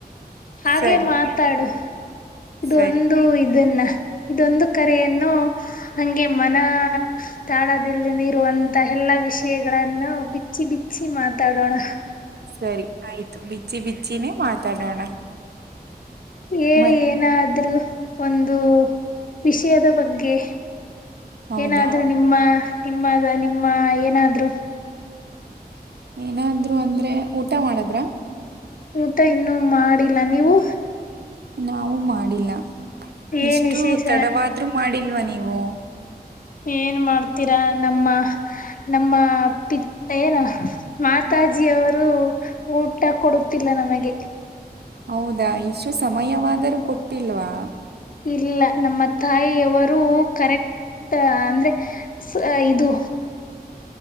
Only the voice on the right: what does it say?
ಸರಿ
ಸರಿ
ಸರಿ ಆಯ್ತು ಬಿಚ್ಚಿ ಬಿಚ್ಚಿನೇ ಮಾತಾಡೋಣ.
ಮತ್
ಹೌದಾ
ಏನಾದ್ರು ಅಂದ್ರೆ ಊಟ ಮಾಡದ್ರ.
ನಾವು ಮಾಡಿಲ್ಲ
ಇಷ್ಟು
ತಡವಾದ್ರು ಮಾಡಿಲ್ವ ನೀವು.
ಹೌದಾ ಇಷ್ಟು ಸಮಯವಾದರೂ ಕೊಟ್ಟಿಲ್ವಾ.